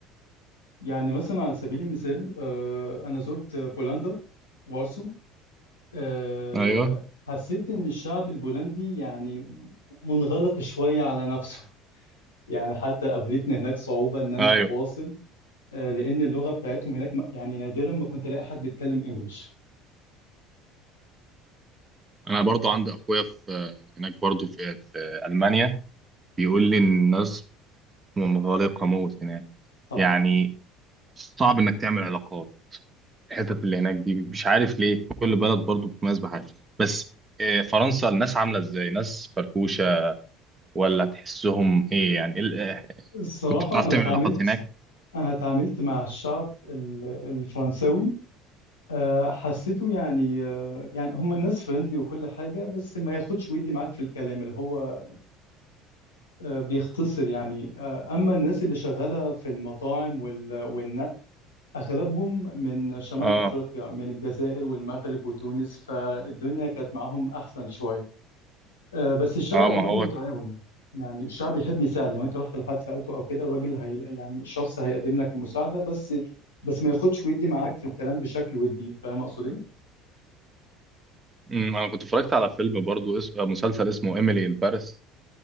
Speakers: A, on the left; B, on the right.
A: يعني مثلا على سبيل المثال آه، أنا زرت بولندا وارسو آه،
B: ايوه
A: حسيت إن الشعب البولندي يعني منغلق شوية على نفسه يعني حتى قابلتني هناك صعوبة إن أنا
B: ايوه
A: أتواصل آه، لأن اللغة بتاعتهم هناك م- يعني نادرا ما كنت ألاقي حد بيتكلم إنجليش
B: انا برضو عندي اخويا في هناك برضو في في المانيا بيقول لي ان الناس منغلقه موت هناك
A: صح
B: يعني صعب انك تعمل علاقات الحتت اللي هناك دي مش عارف ليه كل بلد برضو بتميز بحاجه بس آه، فرنسا الناس عامله ازاي ناس فرفوشه ولا تحسهم ايه يعني إيه- ال- آه،
A: الصراحة
B: كنت بتعرف
A: أنا
B: تعمل
A: اتعاملت
B: علاقات هناك
A: أنا اتعاملت مع الشعب ال- الفرنساوي آه، حسيته يعني آه، يعني هم الناس فريندلي وكل حاجة بس ما ياخدش ويدي معاك في الكلام اللي هو آه، بيختصر يعني آه، أما الناس اللي شغالة في المطاعم وال- والنقل أغلبهم من شمال
B: اه
A: أفريقيا من الجزائر والمغرب وتونس فالدنيا كانت معاهم أحسن شوية آه، بس الشعب
B: اه
A: عموما
B: ما هو
A: متعاون
B: كان
A: يعني الشعب يحب يساعد لو انت رحت لحد سألته او كده الراجل هي يعني الشخص هيقدم لك المساعدة بس بس ما ياخدش ويدي معاك في الكلام بشكل ودي فاهم اقصد ايه؟
B: مم، انا كنت اتفرجت على فيلم برضو اس... آه، مسلسل اسمه ايميلي ان باريس